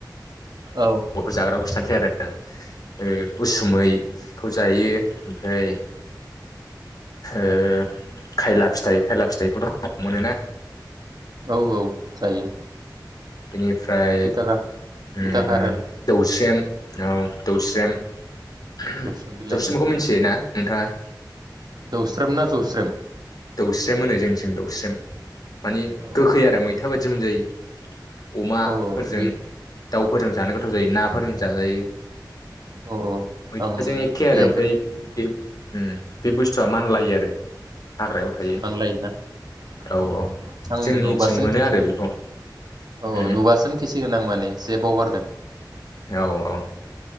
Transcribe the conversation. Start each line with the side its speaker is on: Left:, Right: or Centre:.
Right: औ
Left: बर' जाग्राखौ खिथानोस सै आरो उसुमैखौ जायो ओमफ्राय ओ खायला फिथाइ खायला फिथाइखौथ' मोनोना।
Right: औ औ जायो।
Left: बेनिफ्राय
Right: थिथा
Left: उम
Right: खा थिथा खारेल
Left: उम। स्रेम औ दौस्रम। ओहोम
Right: जौस्रोम बिलाइ
Left: दौस्रेमखौ मिथियोना? नोंथांङा?
Right: दौस्रेम ना जौस्रेम?
Left: दौस्रेम होनो जोंनिथिं दौस्रेम। मानि
Right: औ
Left: गोखै आरो मैथा बाद जोम मोनजायो। अमाफोरजों।
Right: औ औ बे
Left: दाउफोरजों जानो गोथाव जायो नाफोरजों जाजायो।
Right: औ
Left: मैथाजों
Right: आं
Left: एखे
Right: बिलाइखौ
Left: आरो ओमफ्राय बे बे बुस्थुआ मानलायो आरो। हाग्रायाव थायो
Right: मानलायोनाज्ञ
Left: औ औ
Right: <inaudible> आं
Left: जोंनिथिं
Right: नुबासो
Left: मोनो
Right: मिथिसिगोन
Left: आरो बेखौ
Right: औ औ
Left: उम
Right: नुबासो मिथिसिगोन आं माने जे बावगारदों।
Left: औ औ ओ